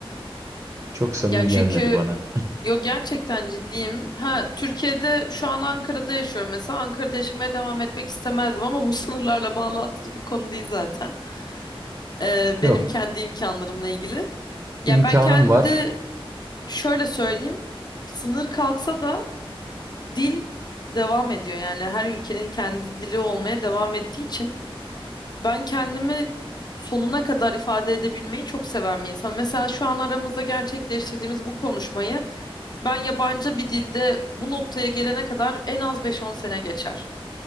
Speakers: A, on the right; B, on the left.
A: Çok samimi
B: Yani çünkü
A: gelmedi bana.
B: yok gerçekten ciddiyim. Ha Türkiye'de şu an Ankara'da yaşıyorum mesela. Ankara'da yaşamaya devam etmek istemezdim ama bu <laughs> sınırlarla bağlantılı bir konu değil zaten. E,
A: Yok,
B: benim kendi imkanlarımla ilgili. Ya
A: imkanım
B: ben kendi
A: var.
B: şöyle söyleyeyim. Sınır kalksa da dil devam ediyor. Yani her ülkenin kendi dili olmaya devam ettiği için ben kendimi sonuna kadar ifade edebilmeyi çok seven bir insan. Mesela şu an aramızda gerçekleştirdiğimiz bu konuşmayı ben yabancı bir dilde bu noktaya gelene kadar en az beş on sene geçer.